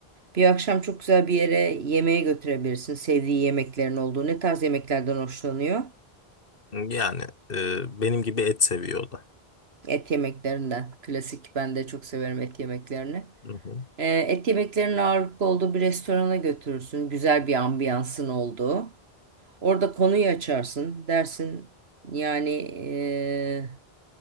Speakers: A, on the right (about 80°); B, on the left (about 60°).
A: Bir akşam çok güzel bir yere yemeğe götürebilirsin. Sevdiği yemeklerin olduğu. Ne tarz yemeklerden hoşlanıyor?
B: Yani e, benim gibi et seviyor o da.
A: Et yemeklerinden. Klasik ben de çok severim et yemeklerini.
B: Hı hı.
A: Ee, et yemeklerinin ağırlıklı olduğu bir restorana götürürsün. Güzel bir ambiyansın olduğu. Orada konuyu açarsın. Dersin yani ee,